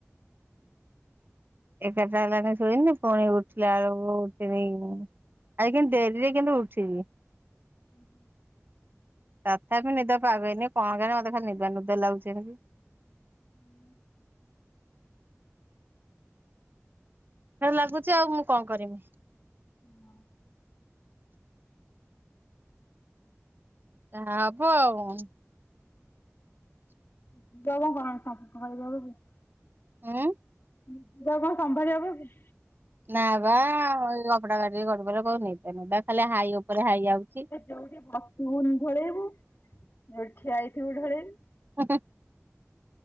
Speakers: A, on the right; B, on the left.
A: ଏକାଟା ହେଲାନେ ଶୋଇମି ପୁଣି ଉଠିଲା ଅଳୁକୁ ଉ ଆଜି କେନ୍ତି ଡେରିରେ କେନ୍ତୁ ଉଠିଲି
B: ହୁଁ ହୁଁ।
A: ତଥାପି ନିଦ ପାଇବେନି କଣ କେଜାଣି ମତେ ଖାଲି ନିଦୁଆ ନିଦୁଆ ଲାଗୁଛି ଖାଲି
B: ହୁଁ।
A: ସେମିତ୍ ଲାଗୁଛି ଆଉ ମୁଁ କଣ କରିମି?
B: ହୁ।
A: ଯାହା ହବ ଆଉ
B: <unintelligible>
A: ଉଁ
B: ନିଦ କୁ ଆଉ କଣ ସମ୍ଭାଳି ହବ କି?
A: ନା ବା ଏଇ କପଡା କାଟିକି ଗଢ଼ିପଇଲେ କହୁନି ତା ଖାଲି ହାଇ ଉପରେ ହାଇ ଆଉଚି
B: ଯୋଉଠି ଭସିବୁନି ଢୋଳେଇବୁ ଯୋଉଠି ଠିଆଇଥିବୁ ଢୋଳେଇବୁ-
A: ହେ ହେ।